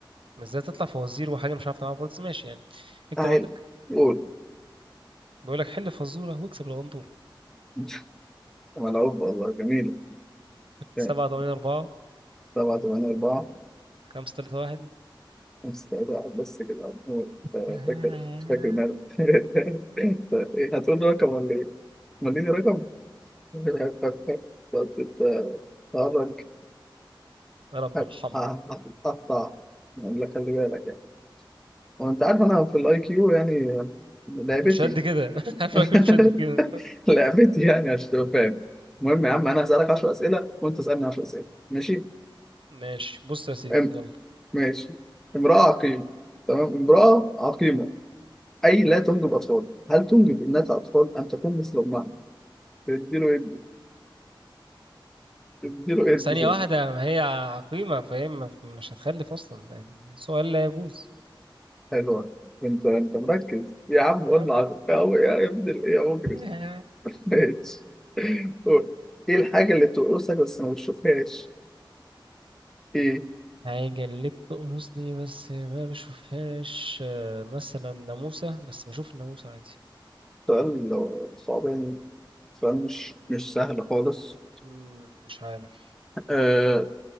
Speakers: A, on the right; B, in the centre.
A: بس ازاي تطلع فوازير وحاجة مش عارف تعملها برضه بس ماشي يعني اكتب
B: تعالى
A: عندك
B: قول
A: بيقول لك حل فزورة واكسب الغندورة
B: <laughs> ملعوب والله جميل
A: <laughs> سبعة
B: ماشي.
A: تمانية أربعة
B: سبعة تمانية أربعة
A: خمسة تلاتة واحد
B: خمسة تلاتة واحد بس كده عمور. أنت
A: <laughs>
B: فاكر فاكر مالك <laughs> أنت إيه، هتقول لي رقم ولا إيه؟ مديني رقم <laughs> هتتهرج
A: يا رب
B: هت-
A: ارحمها
B: ه- هتتقطع ولا خلي بالك يعني وانت عارف انا في الاي كيو يعني لعبتي
A: مش قد كده <laughs> عارفك
B: <laughs>
A: مش قد كده
B: لعبتي يعني عشان تبقى فاهم المهم يا عم انا هسألك 10 اسئله وانت اسألني 10 اسئله ماشي
A: ماشي بص يا سيدي
B: أم.
A: يلا
B: ماشي امرأة عقيمة تمام امرأة عقيمة اي لا تنجب اطفال هل تنجب ابنتها اطفال ام تكون مثل امها اديله ادي اديله ادي
A: ثانية
B: في ال-
A: واحدة ما هي عقيمة فهي ما- مش هتخلف أصلا يعني سؤال لا يجوز
B: <laughs> حلوة انت انت مركز يا عم قلنا
A: يا عم
B: عقيمة يا يا ابن الايه يا مجرم
A: <laughs>
B: ماشي قول. ايه الحاجة اللي بتقرصك بس ما بتشوفهاش؟ ايه؟
A: حاجة اللي بتقرصني بس ما بشوفهاش آه، مثلا ناموسة بس بشوف الناموسة عادي
B: سؤال لو- صعباني سؤال مش مش سهل خالص
A: مم، مش عارف
B: آه